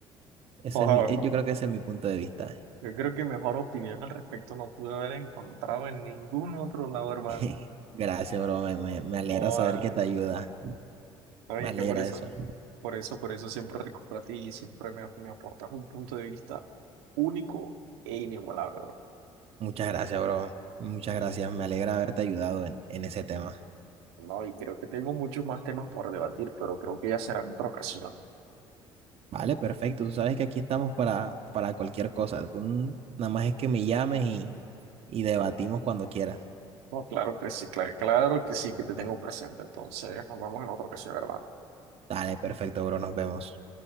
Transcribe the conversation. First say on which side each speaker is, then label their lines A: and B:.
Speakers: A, on the right (about 50°); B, on the right (about 75°).
A: Ese
B: joder,
A: es mi, eh,
B: bro.
A: yo creo que ese es mi punto de vista.
B: Yo creo que mejor opinión al respecto no pude haber encontrado en ningún otro lado, hermano.
A: <laughs> Gracias, bro. Me, me- me alegra
B: Joda.
A: saber que te ayuda.
B: no,
A: Me
B: y
A: alegra
B: que por eso,
A: eso.
B: por eso, por eso siempre recurro a ti y siempre me, me aportas un punto de vista único e inigualable, bro.
A: Muchas gracias, bro. Muchas gracias. Me alegra haberte ayudado en, en ese tema.
B: No, y creo que tengo muchos más temas por debatir, pero creo que ya será en otra ocasión.
A: Vale, perfecto. Tú sabes que aquí estamos para, para cualquier cosa. Tú n- nada más es que me llames y, y debatimos cuando quieras.
B: No, claro que sí, claro, claro que sí, que te tengo presente. Entonces, nos vemos en otra ocasión, hermano.
A: Dale, perfecto, bro. Nos vemos.